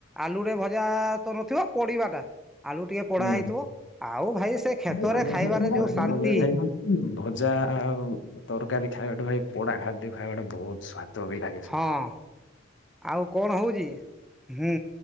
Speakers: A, in the centre; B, on the left.
A: ଆଳୁରେ ଭଜା ତ ନଥିବ ପଡିବାଟା ଆଳୁ ଟିକେ ପୋଢା
B: ହୁଁ
A: ହେଇଥିବ ଆଉ ଭାଇ ସେ କ୍ଷେତରେ
B: ମାନେ
A: ଖାଇବାରେ
B: ଦେଖିବାକୁ
A: ଯୋଉ ଶାନ୍ତି
B: ଗଲେ ଭାଇ ଭଜା ତରକାରୀ ଖାଇବାଟୁ ଭାଇ ପୋଡା ଖାଦ୍ୟ ଖାଇବାଟା ବହୁତ ସ୍ଵାଦ ବି ଲାଗେ ସେଟା
A: ହଁ ଆଉ କଣ ହଉଛି ହୁଁ